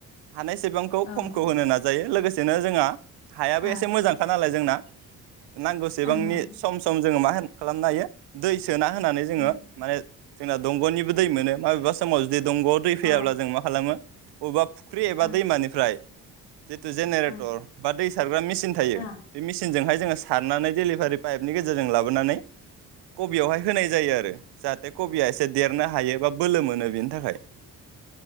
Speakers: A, on the right; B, on the left.
A: हानाय सेबांखौ
B: औ ओं
A: खमखौ होनो नाजायो लोगो सेनो जोंङा हा बे
B: ओं
A: एसे मोजांखा नालाय जोंना नांगौसेबांनि
B: ओं ओं
A: सम सम जोङो मा होन खालामनो हायो दैस सोना होनानै जोङो
B: ओं
A: माने जोंना दंग'निबो दै मोनो माबेबा समाव जुदि दंगआव दै
B: अ
A: फैयाब्ला जों मा खालामो अबेबा फुख्रि एबा
B: अ
A: दैमानिफ्राय जिथु जेनेरेटर
B: अ
A: बा दै सा <unintelligible> मिचिन थायो
B: अ
A: बे मेसिनजोंहाय जोङो सारनानै डेलिभारि पाइपनि गेजेरजों लाबोनानै कबियावहाय होनाय जायो आरो जाहाथे कबिया एसे देरनो हायो बा बोलो मोनो । बेनि थाखाय ।